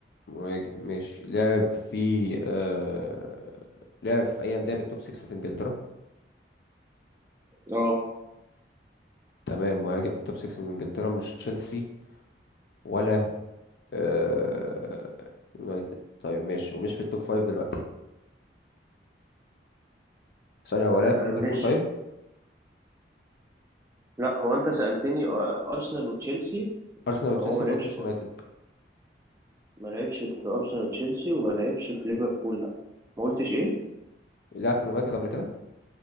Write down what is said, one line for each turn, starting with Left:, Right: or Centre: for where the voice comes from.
Left: مهاجم ماشي لعب في آه... لعب في اي انديه من التوب 6 في انجلترا
Right: اه
Left: تمام مهاجم في التوب 6 من انجلترا مش تشيلسي ولا آه... يونايتد طيب ماشي ومش في التوب 5 دلوقتي ثانيه هو لعب
Right: آه،
Left: في ليفربول
Right: مش
Left: طيب
Right: لا هو أنت سألتني آه، أرسنال وتشيلسي
Left: ارسنال وتشيلسي
Right: فهو ما لعبش
Left: ما قلتش
Right: في
Left: يونايتد
Right: ما لعبش في أرسنال وتشيلسي وما لعبش في ليفربول لا ما قلتش إيه
Left: لعب في اليونايتد قبل كده